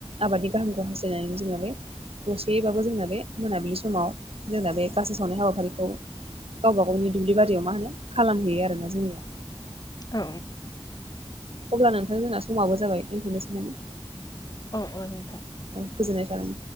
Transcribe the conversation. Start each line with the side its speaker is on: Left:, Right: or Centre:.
Right: आबादनि गाहामखौ हास्थायनानै जोंना बे दसेबाबो जोंना बे मोनाबिलि समाव जोंना बे गासो सावनाय हाबाफारिखौ गावबा गावनि दुब्लि बारियाव मा होनो खालामहैयो आरोना जोंनिया।
Left: औ।
Right: अब्ला नोंथां जोंना समाबो जाबाय दोनथ'नोसै नामा?
Left: औ औ नोंथां।
Right: औ गोजोननाय थाबाय